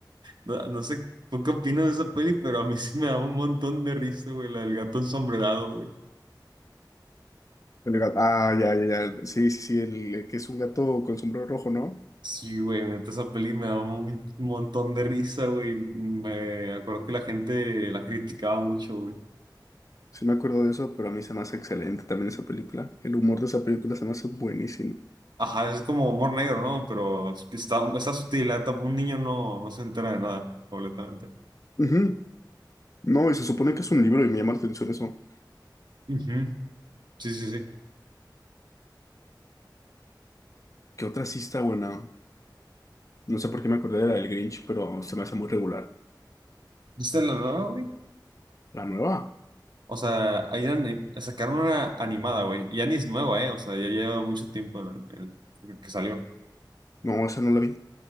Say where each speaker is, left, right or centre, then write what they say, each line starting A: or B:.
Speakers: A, on the right; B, on the left.
A: No, no sé tú qué opinas de esa peli, pero a mí sí me daba un montón de risa, güey, la del gato ensombrerado, güey.
B: el gato- Ah, ya, ya, ya. Sí, sí, sí, el, el que es un gato con sombrero rojo, ¿no?
A: Sí, güey, neta, esa peli me daba un montón de risa, güey. Me acuerdo que la gente la criticaba mucho, güey.
B: Sí me acuerdo de eso, pero a mí se me hace excelente también esa película. El humor de esa película se me hace buenísimo.
A: Ajá, es como humor negro, ¿no? Pero está, está sutil, la neta, un niño no, no se entera de nada, completamente.
B: Ujú. No, y se supone que es un libro y me llama la atención eso.
A: Ujú, Sí, sí, sí.
B: ¿Qué otra sí está buena? No sé por qué me acordé de la del Grinch, pero se me hace muy regular.
A: ¿Viste la nueva, güey?
B: ¿La nueva?
A: O sea, ahí eran- eh, sacaron una animada, güey. y Ya ni es nueva, ¿eh? O sea, ya lleva mucho tiempo en- en- que salió.
B: No, esa no la vi.